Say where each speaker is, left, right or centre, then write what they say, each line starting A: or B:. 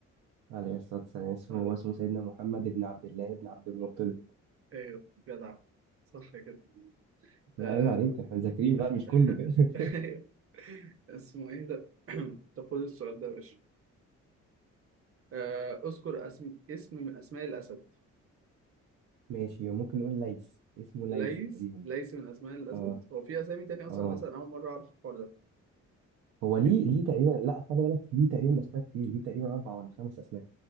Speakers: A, on the right; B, on the right.
A: عليه الصلاه والسلام
B: آه،
A: هو اسمه سيدنا محمد بن عبد الله بن عبد المطلب
B: أيوه جدع صح كده
A: ما
B: آه،
A: عيب عليك احنا مذاكرين بقى مش
B: <laughs>
A: كله كده <laughs>
B: أيوه اسمه إيه ده؟ <clears throat> طب خد السؤال ده يا باشا آه، اذكر اسم اسم من اسماء الاسد
A: ماشي ممكن نقول ليث اسمه ليث
B: ليس
A: تقريبا
B: ليس من اسماء الاسد
A: اه
B: هو في اسامي تاني اصلا
A: اه
B: الاسد انا اول مره اعرف الحوار ده
A: هو ليه
B: يعني
A: ليه تقريبا لا خلي بالك ليه تقريبا اسماء كتير ليه تقريبا اربع ولا خمس اسماء